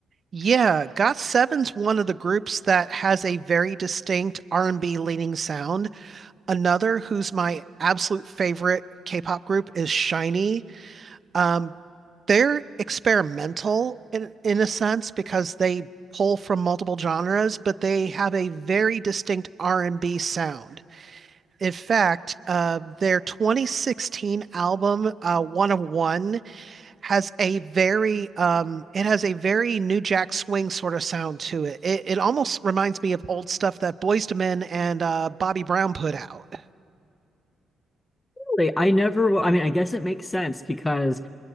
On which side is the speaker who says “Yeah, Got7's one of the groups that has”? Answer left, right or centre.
Right